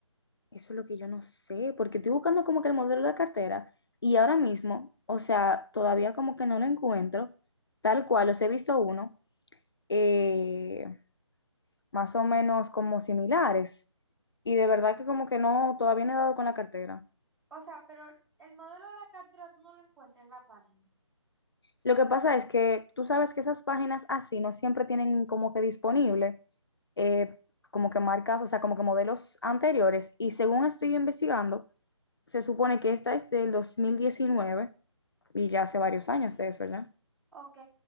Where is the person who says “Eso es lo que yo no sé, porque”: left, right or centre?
Left